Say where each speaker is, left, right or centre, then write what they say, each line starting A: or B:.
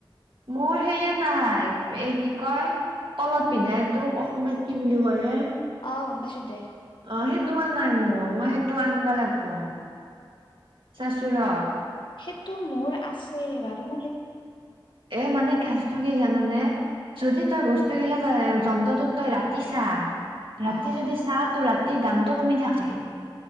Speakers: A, on the right; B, on the left.
A: মোৰ সেয়ে নাই এই কি কয় তলত পিন্ধাই তোক অসমীয়াত কি বুলি কয় এ
B: অ গম পাইছোঁ দে
A: অ সেইটো হ নাই মোৰ মই সেইটো আনিবা লাগিব। চাচুৰা
B: সেইটো মোৰ আছে বাৰু মোৰ সেই
A: এ মানে কেচটো কি জাননে, যদি তই বস্তু কিলা তই যন্ত্ৰটোত তই ৰাখি চা ৰাতি
B: অ
A: যদি চা তো ৰাতিৰ দামতটো কমি থাকে।